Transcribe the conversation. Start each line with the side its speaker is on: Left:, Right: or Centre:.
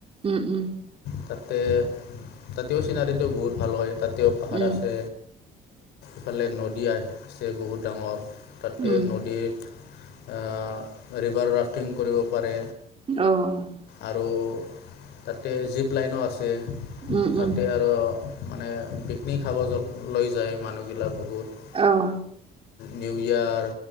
Right: উম, উম।
Left: তাতে তাতেও চিনাৰীটো বহুত ভাল হয়, তাতেও পাহাৰ
Right: উম
Left: আছে। ইফালে নদী আছে বহুত ডাঙৰ তাতে
Right: উম
Left: নদীত ৰিভাৰ ৰাফটিং কৰিব পাৰে।
Right: অ'
Left: আৰু তাতে জীপ লাইনো আছে
Right: উম
Left: তাতে
Right: উম
Left: আৰু মানে পিকনিক খাব লৈ যায়, মানুহগিলাক বহুত।
Right: অহ'
Left: নিউ ইয়াৰ